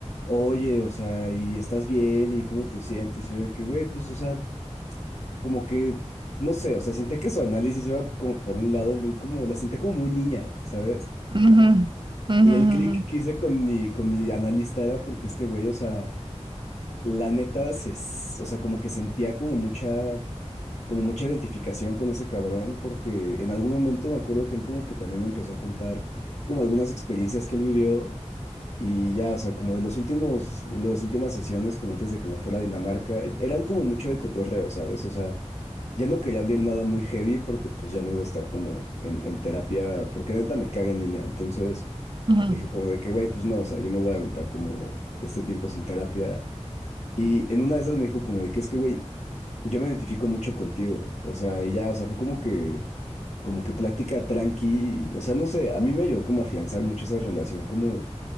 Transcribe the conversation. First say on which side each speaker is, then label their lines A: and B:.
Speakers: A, on the left; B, on the right.
A: Oye, o sea, ¿y estás bien? ¿Y cómo te sientes? Y yo de que, güey, pues, o sea, como que, no sé, o sea, sentía que su análisis iba como por un lado muy como, la sentía como muy niña, ¿sabes?
B: Ujú, ujú,
A: Y el clic
B: ujú,
A: que hice con mi, con mi analista era porque este güey, o sea, la neta, se, s- o sea, como que sentía como mucha, como mucha identificación con ese cabrón, porque en algún momento me acuerdo que él como que también me empezó a contar como algunas experiencias que él vivió y ya, o sea, como de los últimos, las últimas sesiones, como antes de que me fuera a Dinamarca, eran como mucho de cotorreo, ¿sabes? O sea, ya no quería abrir nada muy heavy porque pues ya no iba a estar como en, en terapia, porque la neta me caga en línea. Entonces
B: ujú,
A: dije como de que, güey, pues no, o sea, yo me voy a aventar como este tiempo sin terapia. Y en una de esas me dijo como de que es que, güey, yo me identifico mucho contigo. O sea, y ya, o sea, fue como que, como que plática tranqui. O sea, no sé, a mí me ayudó como a afianzar mucho esa relación, como